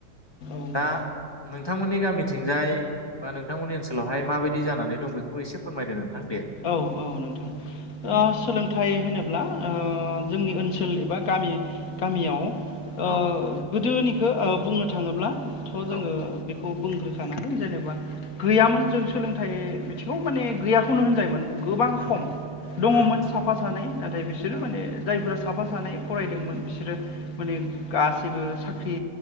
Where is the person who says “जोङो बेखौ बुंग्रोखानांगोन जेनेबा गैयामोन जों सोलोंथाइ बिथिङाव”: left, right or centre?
Left